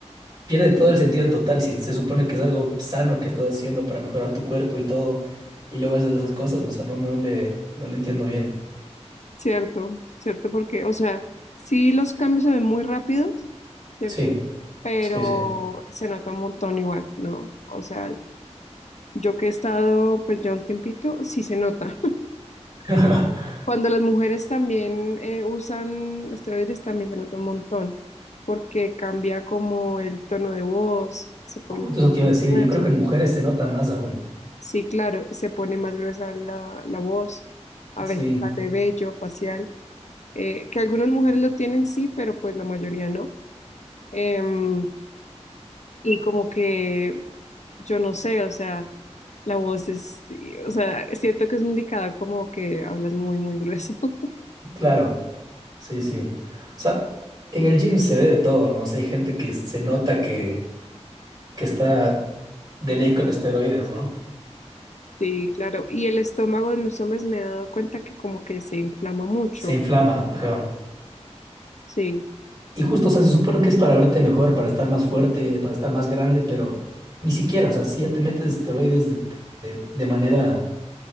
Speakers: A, on the right; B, on the left.
A: pierde todo el sentido total si se supone que es algo sano que estás haciendo para mejorar tu cuerpo y todo, y luego haces esas cosas, o sea, no, no le, no le entiendo bien.
B: cierto, cierto, porque, o sea, sí los cambios se ven muy rápidos, ¿cierto?
A: Sí.
B: Pero
A: Sí, sí.
B: se nota un montón igual, ¿no? O sea, yo que he estado pues ya un tiempito, sí se nota.
A: <laughs>
B: <laughs> Cuando las mujeres también eh, usan esteroides, también se nota un montón, porque cambia como el tono de voz, se pone
A: Justo
B: más
A: eso te iba a decir.
B: gruesa.
A: Yo creo que en mujeres se nota más aún.
B: Sí, claro, se pone más gruesa la, la voz, a
A: Sí,
B: veces sale vello facial. eh, que algunas mujeres lo tienen sí, pero pues la mayoría no. Em, y como que yo no sé, o sea, la voz es, sí, o sea, siento que es un indicador como que hablas muy, muy grueso. <laughs>
A: claro. Sí, sí. O sea, en el gym se ve de todo, ¿no? O sea, hay gente que se nota que, que está de ley con esteroides, ¿no?
B: Sí, claro. Y el estómago en los hombres me he dado cuenta que como que se inflama mucho.
A: Se inflama, ajá.
B: Sí,
A: Y justo, o sea, se supone que es para verte mejor, para estar más fuerte, para estar más grande, pero ni siquiera, o sea, si ya te metes esteroides de, de, de manera,